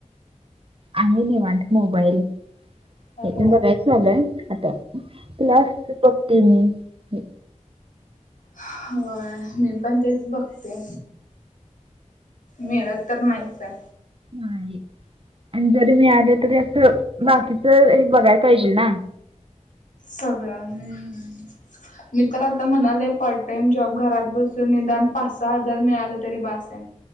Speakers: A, on the right; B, on the left.
A: आहे नाही वाट मोबाईल
B: हॅलो.
A: हेथून बघायच झालंय आता. प्लास बघते मी.
B: होय मी पण तेच बघते. मिळत तर नाहीच आहे.
A: नाही आणि जरी मी आले तरी असं बाकी तर हे बघायला पाहिजे ना.
B: सगळं हम्म मी तर आता म्हणाले पट पार्टटाइम जॉब घरात बसून निदान पाच सहा हजार मिळालं तरी बास आहे.